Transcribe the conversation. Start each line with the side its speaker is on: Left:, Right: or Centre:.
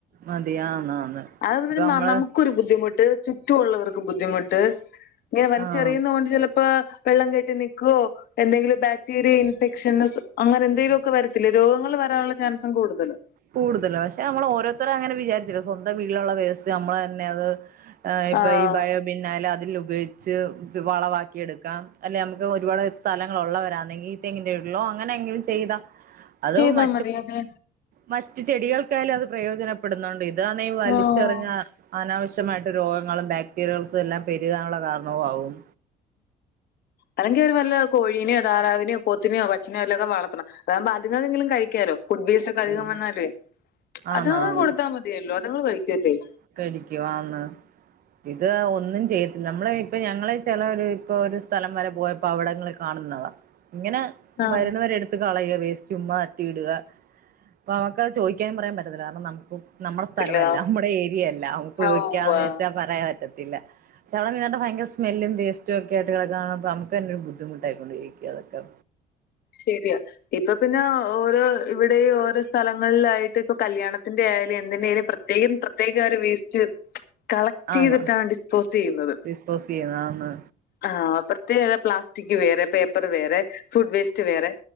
Right: മതി ആന്ന് ആന്ന്
Left: അതെന്ന
Right: ഇപ്പൊ
Left: പിന്നെ
Right: നമ്മള്
Left: ന നമുക്കൊരു ബുദ്ധിമുട്ട് ചുറ്റുമുള്ളവർ ബുദ്ധിമുട്ട്, ഇങ്ങനെ വലിച്ചെറിയുന്ന
Right: ആഹ്
Left: കൊണ്ട് ചെല പ്പാ വെള്ളം കെട്ടി നിക്കോ എന്തെങ്കിലും ബാക്ടീരിയ ഇൻഫെക്ഷൻസ് അങ്ങനെ എന്തെങ്കിലുഒക്കെ വരത്തില്ലേ. രോഗങ്ങങ്ങള് വരാനുള്ള ചാൻസും കൂടുതലാ
Right: കൂടുതലാ, പക്ഷെ നമ്മളോരോരുത്തരും അങ്ങനെ വിചാരിച്ചില്ല, സ്വന്തം വീട്ടിലുള്ള വേസ്സ് നമ്മള് തന്നെ അത് ഏഹ് ഇപ്പൊ
Left: ആഹ്
Right: ഈ ബയോ പിന്നാലാ അതിൽ ഉപയോഗിച്ച് വളവാക്കിയെടുക്കാം. അല്ലെ നമുക്ക് ഒരുപാട് സ്ഥലങ്ങളുള്ളവരാന്നെങ്കി തെങ്ങിന്റെ ചോട്ടിലോ അങ്ങനെ എങ്കിലും ചെയ്ത, അത്
Left: ചെയ്താ
Right: മ
Left: മതി അതെ
Right: മറ്റ് ചെടികൾക്കായാലും അത് പ്രയോജനപ്പെടുന്നുണ്ട്. ഇതാന്നേ വലിച്ചെറിഞ്ഞ
Left: ആഹ്
Right: അനാവശ്യമായിട്ട് രോഗങ്ങളും ബാക്ടീരിയകൾക്കു എല്ലാം പെരുകാനുള്ള കാരണവു ആവും
Left: അല്ലെങ്കിൽ ഒരു നല്ല കോഴീന്യോ താറാവിന്യോ പോത്തിന്യോ പശുന്യൊ വല്ലോക്കെ വളർത്തണം. അതാകുമ്പ അത്ങ്ങക്കെങ്കിലും കഴി ക്യാലോ ഫുഡ് വേസ്റ്റൊക്കധികം
Right: ആഹ്
Left: വന്നാലുഏ,
Right: ആന്നാന്ന്
Left: അത് ങ്ങക്ക് കൊടുത്താ മതിയല്ലോ, അതുങ്ങള് കഴിക്കുവതേയ്
Right: കഴിക്കും ആന്ന് ഇത് ഒന്നും ചെയ്യത്തില്ല, നമ്മള് ഇപ്പ ഞങ്ങള് ചെല ഒര് ഇപ്പൊ ഒരു സ്ഥലം വരെ പോയ പ്പവിടങ്ങളി കാണുന്നതാ. ഇങ്ങനെ
Left: ആഹ്
Right: വരുന്നവരെടു ത്ത് കളയ വേസ്റ്റും മാറ്റിഇടുക. അപ്പൊ അമ്മക്കത് ചോദിക്കാനും പറയാൻ പറ്റത്തില്ല കാരണം നമുക്കും നമ്മടെ സ്ഥലമല്ല,
Left: ത്തില്ല
Right: നമ്മുടെ ഏരിയയല്ല നമുക്ക് ചോദിക്കാന്ന്
Left: ഓഹ് ആഹ്
Right: വെച്ചാൽ പറയാൻ പറ്റത്തില്ല ചവ നീണ്ട ഭയര സ്സ്മല്ല് വോസ്റ്റ് ഒക്കെ ആട്ട് കിടുക അ നുക്ക് തെ ബദ്ധിമുട്ടായിക്കൊണ്ടിരിക്കും അതക്കെ
Left: ശരിയാ ഇപ്പൊ പിന്നെ ഓരോ ഇവിടെ ഓരോ സ്ഥലങ്ങളിലായിട്ട് ഇപ്പൊ കല്യാണത്തിന്റെ ആയാലും എന്ത്ന്റെലും പ്രത്യേകം പ്രത്യേകർ വേസ്റ്റ് കളക്ട് ചെയ്തിട്ടാണ്
Right: ആന്ന്
Left: ഡിസ്പോസ് ചെയ്യുന്നത്
Right: ഡിസ്പോസ് ചെയ്യുന്നതാന്ന്
Left: ആഹ് പ്രത്യേക പ്ലാസ്റ്റിക് വേറെ പേപ്പർ വേറെ ഫുഡ് വേസ്റ്റ് റ്റ്‌ വേറെ